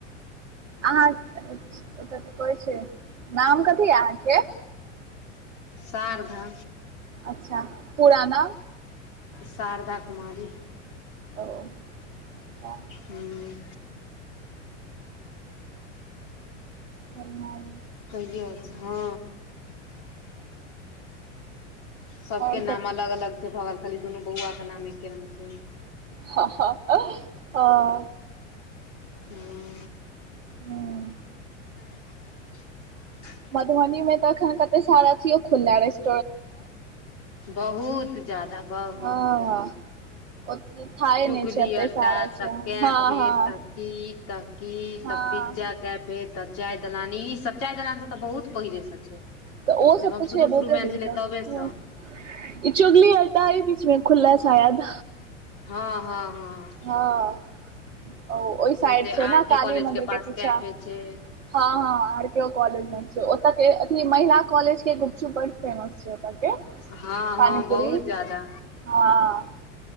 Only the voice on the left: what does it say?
शारधा
शारधा कुमारी
हूँ।
कहियो हँ। सबके
नाम अलग अलग छै भऽ गेल खाली दुनू बौआ के नाम एके रंग छै।
हं
<unintelligible>
बहुत जादा बहुत
चुगली
अड्डा
त कैफे
त की त की
तब पिज्जा कैफे तऽ चाय दलान, ई सब चाय दलान तऽ बहुत पहिले सब छै।
जब
हम
शुरू
शुरू मे आयल
छलियै तबेसँ
हँ- हँ- हँ
बहुते
आर
के
कॉलेज
पास
कैफे छै
हँ
हँ बहुत ज्यादा